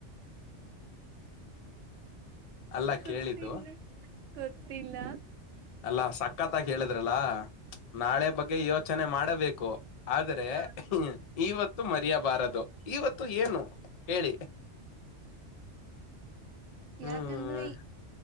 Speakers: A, on the left (about 55°); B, on the right (about 75°).
A: ಅಲ್ಲ
B: ಗೊತ್ತಲ್ಲ
A: ಕೇಳಿದ್ದು
B: ಗೊತ್ತಿಲ್ಲ
A: ಅಲ್ಲಾ ಸಕ್ಕತ್ತಾಗಿ ಹೇಳಿದ್ರಲ್ಲ ನಾಳೆ ಬಗ್ಗೆ ಯೋಚನೆ ಮಾಡಬೇಕು ಆದ್ರೆ
B: ಹ
A: ಇವತ್ತು ಮರ್ಯಾದೆ ಬಾರದು ಇವತ್ತು ಏನು ಹೇಳಿ
B: ಯಾಕಂದ್ರೆ
A: ಹ್ಮ್